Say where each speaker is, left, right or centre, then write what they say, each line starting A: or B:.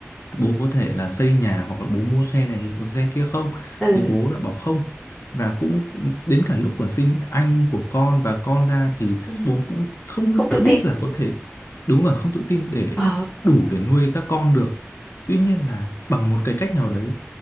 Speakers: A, on the left; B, on the left.
A: bố có thể là xây nhà hoặc là bố mua xe này mua xe kia không
B: ừ
A: thì bố đã bảo không và cũng đến cả lúc của sinh anh của con và con ra thì
B: ừ
A: bố cũng không
B: không tự
A: biết
B: tin
A: là có thể đúng là không tự tin để
B: ờ
A: đủ để nuôi các con được tuy
B: ừ
A: nhiên là bằng một cái cách nào đấy